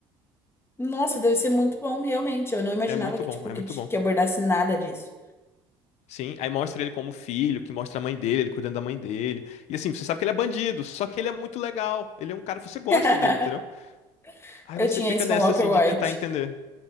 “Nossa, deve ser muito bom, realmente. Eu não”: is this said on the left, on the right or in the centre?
Left